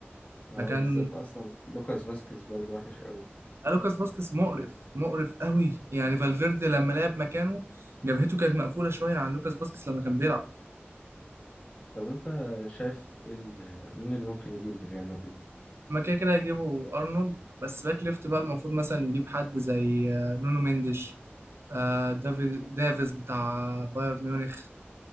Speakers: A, on the left (about 30°); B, on the right (about 70°).
A: اه
B: مكان
A: بالذات اصلا لوكاس فاسكيز برضو وحش قوي
B: آه، لوكاس فاسكيز مقرف مقرف قوي يعني فالفيردي لما لعب مكانه جبهته كانت مقفولة شوية عن لوكاس فاسكيز لما كان بيلعب
A: طب انت شايف ايه ال- مين اللي ممكن يجي لريال مدريد
B: ما كده كده هيجيبوا ارنولد بس باك ليفت بقى المفروض مثلا يجيب حد زي آه، نونو مينديش آه، دافي- دافيز بتاع بايرن ميونخ